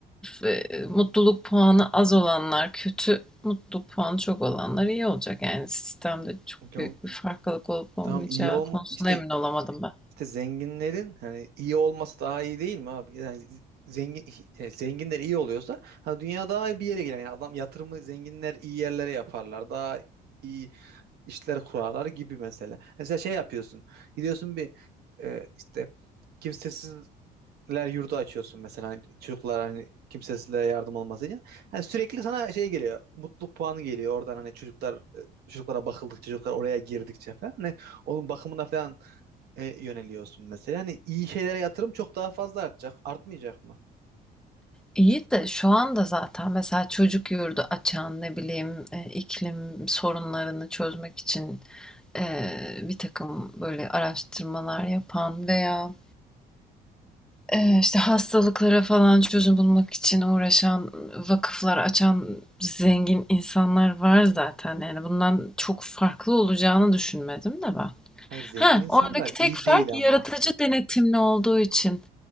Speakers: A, in the centre; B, on the right.
A: e, mutluluk puanı az olanlar kötü, mutluluk puanı çok olanlar iyi olacak. Yani sistemde çok
B: tamam,
A: büyük bir farklılık olup olmayacağı
B: tamam iyi olma
A: konusunda
B: işte
A: emin olamadım ben.
B: işte zenginlerin hani iyi olması daha iyi değil mi abi? Yani zengin e, zenginler iyi oluyorsa ha dünya daha iyi bir yere gider. Yani adam yatırımı zenginler iyi yerlere yaparlar. Daha iyi işler kurarlar gibi mesela. Mesela şey yapıyorsun. Gidiyorsun bir e, işte kimsesiz ler yurdu açıyorsun mesela hani çocuklar hani kimsesizlere yardım olması için. Hani sürekli sana şey geliyor. Mutluluk puanı geliyor oradan hani çocuklar e, çocuklara bakıldıkça çocuklar oraya girdikçe falan. Hani onun bakımına falan e, yöneliyorsun mesela. Hani iyi şeylere yatırım çok daha fazla artacak. Artmayacak mı?
A: İyi de şu anda zaten mesela çocuk yurdu açan ne bileyim e, iklim sorunlarını çözmek için e, bir takım böyle araştırmalar yapan veya Eee, işte hastalıklara falan çözüm bulmak için uğraşan, vakıflar açan zengin insanlar var zaten. Yani bundan çok farklı olacağını düşünmedim de ben.
B: Hayır zengin
A: Ha,
B: insanlar
A: oradaki tek
B: iyi
A: fark
B: değil
A: yaratıcı
B: ama.
A: denetimli olduğu için